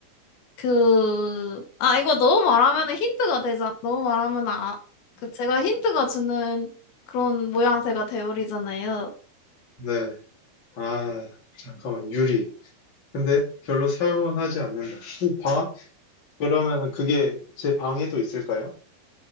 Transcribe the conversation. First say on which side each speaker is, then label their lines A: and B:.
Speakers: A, on the left (about 75°); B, on the left (about 35°).
A: 그, 아, 이거 너무 말하면 힌트가 되잖아. 너무 말하면 아, 그 제가 힌트가 주는 그런 모양새가 되어버리잖아요.
B: 네. 아, 잠깐만 유리. 근데 별로 사용은 하지 않는다. 이 방 그러면 그게 제 방에도 있을까요?